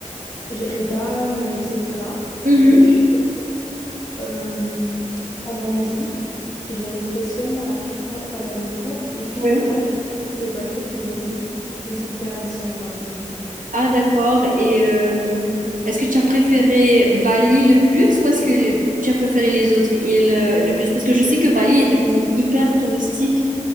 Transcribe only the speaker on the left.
j'ai- Redang, euh, etc.
Et puis euh, en Malaisie. J'avais fait seulement la capitale, Kuala Lumpur, et puis
de là, j'avais pris le bateau pour les îles, les îles Perhentian, par exemple.